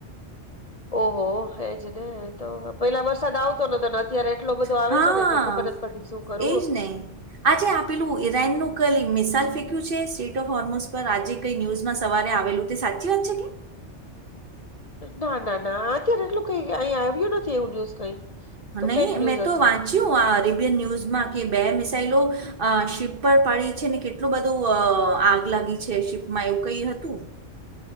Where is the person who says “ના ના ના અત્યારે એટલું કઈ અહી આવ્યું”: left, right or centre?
Left